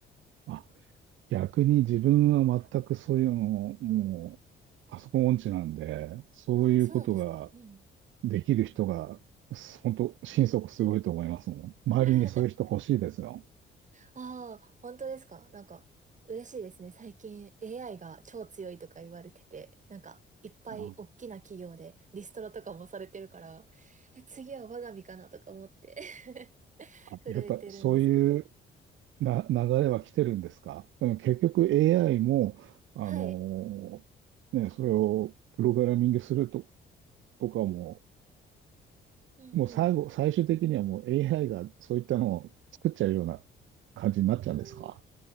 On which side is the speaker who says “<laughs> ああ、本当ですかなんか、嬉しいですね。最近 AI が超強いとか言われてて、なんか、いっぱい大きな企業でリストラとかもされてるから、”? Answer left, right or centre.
Right